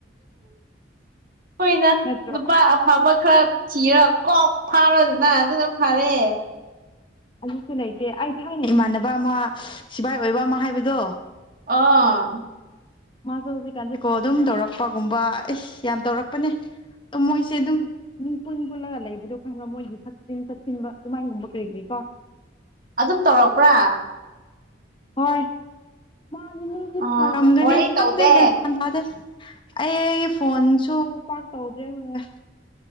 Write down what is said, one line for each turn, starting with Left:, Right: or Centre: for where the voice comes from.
Right: ꯍꯣꯏꯅ
Left: ꯅꯠꯇ꯭ꯔꯣ
Right: ꯅꯨꯄꯥ ꯑꯐꯕ ꯈꯔ ꯊꯤꯔ ꯀꯣꯛ ꯐꯥꯔꯣꯏꯗꯅ ꯑꯗꯨꯅ ꯐꯔꯦ
Left: ꯑꯗꯨꯁꯨ ꯂꯩꯇꯦ ꯑꯩ ꯊꯥꯏꯅ ꯏꯃꯥꯟꯅꯕ ꯑꯃ ꯁꯤꯕꯥꯏ ꯑꯣꯏꯕ ꯑꯃ ꯍꯥꯏꯕꯗꯣ
Right: ꯑꯥ
Left: ꯃꯥꯁꯨ ꯍꯧꯖꯤꯛꯀꯥꯟꯁꯤꯀꯣ ꯑꯗꯨꯝ ꯇꯧꯔꯛꯄꯒꯨꯝꯕ ꯑꯦꯁ ꯌꯥꯝ ꯇꯧꯔꯛꯄꯅꯦ ꯃꯣꯏꯁꯦ ꯑꯗꯨꯝ ꯃꯤ ꯄꯨꯟ ꯄꯨꯜꯂꯒ ꯂꯩꯕꯗꯣ ꯈꯪꯕ꯭ꯔꯥ ꯃꯣꯏꯒꯤ ꯊꯛꯆꯤꯟ ꯆꯠꯆꯤꯟꯕ ꯑꯗꯨꯃꯥꯏꯅꯒꯨꯝꯕ ꯀꯔꯤ ꯀꯔꯤꯀꯣ ꯑ
Right: ꯑꯗꯨꯝ ꯇꯧꯔꯛꯄ꯭ꯔꯥ
Left: ꯍꯣꯏ ꯃꯥꯒꯤꯗꯤ
Right: ꯑꯣ
Left: ꯊꯔꯝꯒꯅꯤ
Right: ꯋꯥꯔꯤ
Left: ꯈꯪꯗꯦ
Right: ꯇꯧꯗꯦ
Left: ꯒ꯭ꯌꯥꯟ ꯇ ꯇꯥꯗꯦ ꯑꯩ ꯐꯣꯟꯁꯨ ꯄꯥꯛ ꯇꯧꯗ꯭ꯔꯦ ꯍ